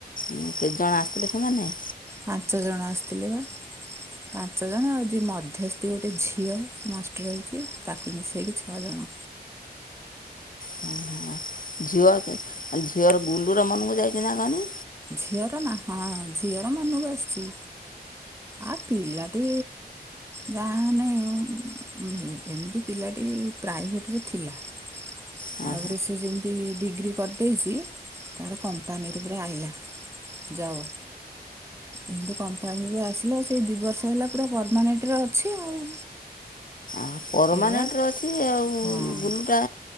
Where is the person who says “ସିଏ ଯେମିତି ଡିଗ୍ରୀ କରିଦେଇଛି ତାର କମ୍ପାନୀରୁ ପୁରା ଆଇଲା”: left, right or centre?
Right